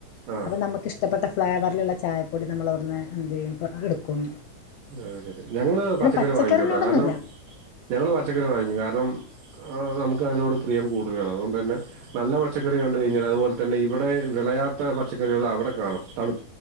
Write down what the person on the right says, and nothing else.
ആ
<unintelligible> ഞങ്ങള് പച്ചക്കറി
വാങ്ങിക്കൂട്ടോ കാരണം ഞങ്ങള് പച്ചക്കറി വാങ്ങിക്കും കാരണം നമുക്കതിനോട് പ്രിയം കൂടുതലാണ് അതുകൊണ്ട് തന്നെ നല്ല പച്ചക്കറി കണ്ട് കഴിഞ്ഞാൽ അതുപോലെ തന്നെ ഇവിടെ വിളയാത്ത പച്ചക്കറികൾ അവിടെ കാണും തണു